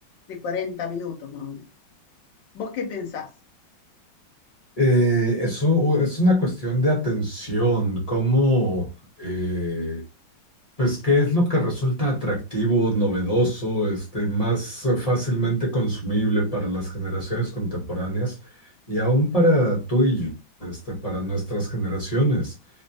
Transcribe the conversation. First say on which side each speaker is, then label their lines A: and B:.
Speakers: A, on the left; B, on the left.
A: de 40 minutos más o menos. ¿Vos qué pensás?
B: Eh, eso es una cuestión de atención, cómo eh, Pues, ¿qué es lo que resulta atractivo, novedoso, este, más eh, fácilmente consumible para las generaciones contemporáneas y aún para tú y yo, este, para nuestras generaciones?